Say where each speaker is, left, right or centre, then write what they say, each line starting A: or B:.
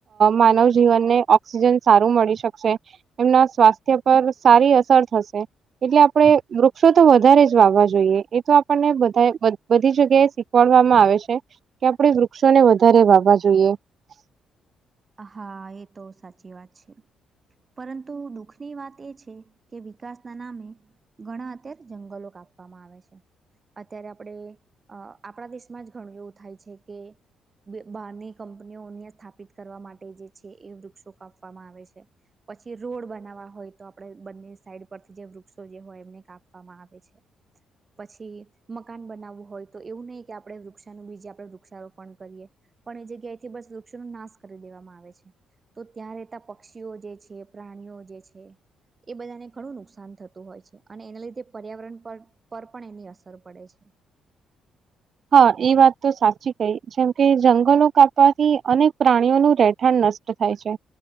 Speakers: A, on the right; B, on the right.
A: માનવ જીવનને ઓક્સિજન સારુ મળી શકશે એમના સ્વા સ્વાસ્થ્ય પર સારી અસર થશે એટલે આપણે વૃક્ષો તો વધારે જ વાવવા જોઈએ એ તો આપને બધા બધી જગ્યા એ શીખવાડવામાં આવે છે કે આપડ વૃક્ષોને વધારે વાવા જોઈએ. <unintelligible>
B: હા એ તો સાચી વાત છે. પરંતુ દુઃખની વાત એ છે કે વિકાસના નામે ઘણા અત્યારે જંગલો કાપવામાં આવે છે. અત્યારે આપડે અહ આપડા દેશમાં જ ઘણું એવું થાય છે કે બે-બહારની કંપનીઓને થાપિત કરવા માટે જે છે એ વૃક્ષો કાપવામાં આવે છે. પછી રોડ બનાવવા હોય તો આપડે બંને સાઈડ પરથી જે વૃક્ષો જે હોય એમને કાપવામાં આવે છે. પછી મકાન બનાવવું હોય તો એવું નહી કે આપડે વૃક્ષાનું બીજે આપણેે વૃક્ષારોપણ કરીએ. પણ એ જગ્યાએ થી બસ વૃક્ષો નાશ કરી દેવામાં આવે છે તો ત્યાં રહેતા પક્ષીઓ જે છે, પ્રાણીઓ જે છે. એ બધાને ઘણું નુકસાન થતું હોય છે અને એના લીધે પર્યાવરણ પર પર પણ એની અસર પડે છે.
A: <inaudible> હા એ વાત તો સાચી કહી જેમ કે જંગલો કાપવાથી અનેક પ્રાણીઓનું રહેઠાણ નષ્ટ થાય છે